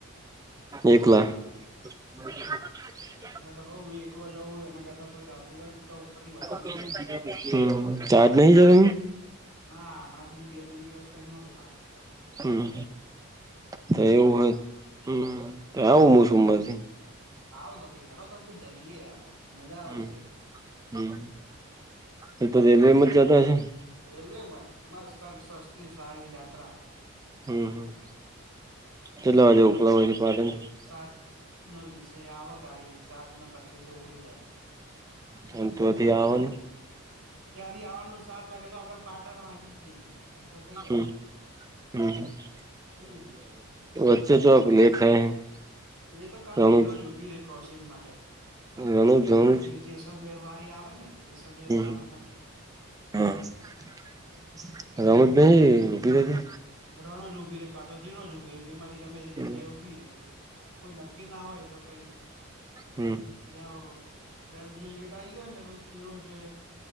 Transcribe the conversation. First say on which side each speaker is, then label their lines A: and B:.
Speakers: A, on the right; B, on the right.
A: એકલા.
B: મહેનત
A: <unintelligible>
B: એટલે તો કઉ હું એકલો જઉં એના કરતા કોઈક આવતું હોય તો ઉપર થી વધારે
A: હમ
B: મજા આઈ જાય
A: તો આજ નહી જવુ.
B: ના હમણાં થી બે ત્રણ દિવસ તો અહિયાં નું રાખ્યું આ.
A: હમ તો એવું હોય હમ તો આવું મુસુમમાંથી.
B: આવો તો પછી હેંડો તો પછી જઈએ આપડે. મજા આવશે
A: હમ હમ એ તો રેલવેમાં જ જતા હશે ને.
B: રેલવે માંજ મસ્ત આમ સસ્તી સારી જાત્રા.
A: હમ હમ કેટલા વાગે ઉપડવાની પાલન થી.
B: સાત ને વીસે આવે ગાડી સાત ને પચીસે ઉપડી જાય.
A: હ અને ત્યૉથી આવો ને
B: ત્યાંથી આવવાનું સાત વાગે તો આપડે પાટણ માં આઈ જ જઈએ એન્ટર થઈ જવાનું.
A: હમ હમ <unintelligible>
B: હમ
A: વચ્ચે. <unintelligible>
B: એ તો ખાલી
A: રણુજ
B: ધીણો જ ઉભી રે ક્રોસિંગ માટે
A: રણુજ રણુજ
B: પેલી જેસલમેર વારી આવે ને જેસલમેર
A: હમ
B: સાબર
A: હમ હા <unintelligible> ઊભી રેતી
B: રણોજ ઉભી રે કાંતો ધીનોજ ઉભી રે બેમાંથી ગમે તે
A: હમ
B: જગ્યાએ ઉભી રે કોઈ નક્કી ના હોય એ તો કઈક
A: હમ્મ
B: જ્યાં ટ્રેન ભલેલી લેટ આવી હોયને તો ધીણો જ